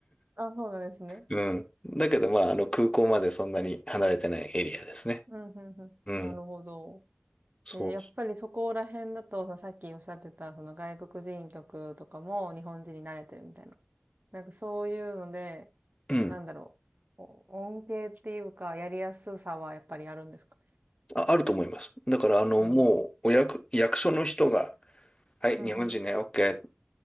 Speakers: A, on the right (about 50°); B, on the left (about 25°).
A: あ、そうなんですね。
B: うん。だけど、まあ、あの、空港までそんなに離れてないエリアですね。
A: うんうんうん。
B: うん。
A: なるほど。
B: そ
A: えーやっぱりそこら辺だと、さっきおっしゃってた、その外国人曲とかも日本人に慣れてるみたいな。なんかそういうので、
B: う。うん。
A: なんだろう、こう恩恵っていうか、やりやすさはやっぱりあるんですか
B: あ、あると思います。だから、あの、
A: あります。
B: もう、お役、役所の人が、はい、日本人ね、
A: うんうん。
B: OK、